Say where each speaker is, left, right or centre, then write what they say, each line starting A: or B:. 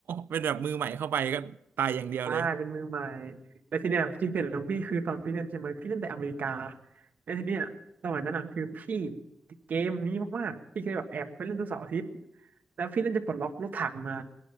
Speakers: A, on the right (about 85°); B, on the right (about 60°).
A: เป็นแบบมือใหม่เข้าไปก็ตายอย่างเดียวเลย
B: ใช่เป็นมือใหม่แล้วทีเนี้ยจุดเปลี่ยนของพี่คือตอนพี่เล่นใช่ไหมพี่เล่นแต่อเมริกาแล้วทีเนี้ยสมัยนั้นอ่ะคือพี่ติดเกมนี้มากๆพี่ก็เลยแบบแอบไปเล่นทุกเสาร์อาทิตย์แล้วพี่เล่นจะปลดล็อกรถถังมา